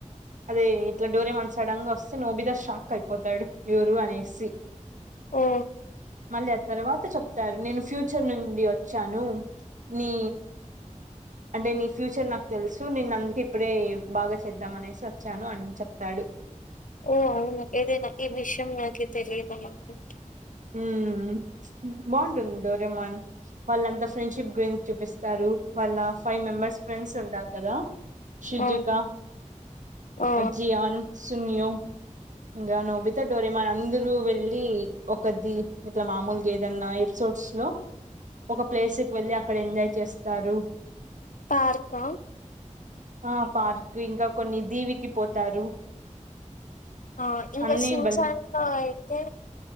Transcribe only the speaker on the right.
అదే ఇట్లా డోరేమాన్ సడన్ గా వస్తే నోబిద షాక్ అయిపోతాడు ఎవరు అనేసి
మళ్ళీ ఆ తర్వాత చెప్తారు నేను ఫ్యూచర్ నుండి వచ్చాను నీ అంటే నీ ఫ్యూచర్ నాకు తెలుసు నేను అందుకె ఇప్పుడే బాగా చేద్దాం అనేసి వ వచ్చాను అని చెప్తాడు
ఊ ప్చ్ బాగుంటుంది డోరేమాన్ వాళ్ళంతా ఫ్రెండ్షిప్ గురించి చూపిస్తారు వాళ్ళ ఫైవ్ మెంబర్స్ ఫ్రెండ్స్ ఉంటారు కదా షుజుక
అ జియాన్ సునియో ఇంకా నొబితా డోరేమాన్ అందరు వెళ్ళి ఒకది ఇట్లా మామూలుగా ఏదన్న ఎపిసోడ్స్ లో ఒక ప్లేస్ కు వెళ్ళి అక్కడ ఎంజాయ్ చేస్తారు
ఆ పార్క్ ఇంకా కొన్ని దీవికి పోతారు
అన్ని
బల్